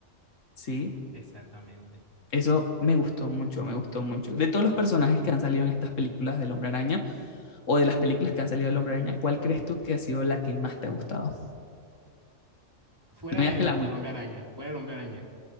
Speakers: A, on the left (about 75°); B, on the right (about 20°).
A: ¿sí?
B: exactamente,
A: Eso me gustó mucho, me gustó mucho. De todos los personajes
B: exactamente.
A: que han salido en estas películas del Hombre Araña, o de las películas que han salido del Hombre Araña, ¿cuál crees tú que ha sido la que más te ha gustado?
B: Fuera
A: No digas
B: del,
A: que la última.
B: del Hombre Araña, fuera del Hombre Araña,